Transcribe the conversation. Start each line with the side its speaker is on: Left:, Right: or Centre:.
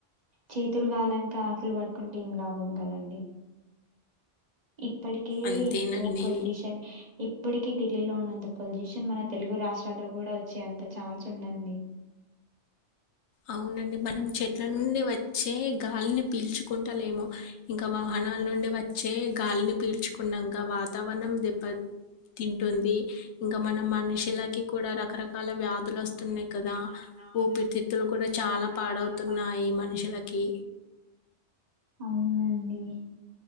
Right: చేతులు కాలాంక ఆకులు పట్టుకుంటే ఏం లాభం కదండి ఇప్పటికే
Left: అంతేనండి.
Right: ఎంతో పొల్యూషన్ ఇప్పటికి ఢిల్లీలో ఉన్నంత పొజిషన్ మన తెలుగు రాష్ట్రాల్లో కూడా వచ్చేంత ఛాన్స్ ఉన్నంది
Left: అవునండి మనం చెట్ల నుండి వచ్చే గాలిని పీల్చుకుంటలేేమో ఇంకా వాహనాల నుండి వచ్చే గాలిని పీల్చుకున్నాంగా వాతావరణం దెబ్బ తింటుంది ఇంకా మనం మట్ మనుషులకి కూడా రకరకాల వ్యాధులు వస్తున్నాయి్ కదా
Right: కదా
Left: ఊపిరితి త్తులు కూడా చాలా
Right: అవి కూడా
Left: పాడవుతున్నాయి
Right: చాలా
Left: మనుషులకి
Right: అవునండి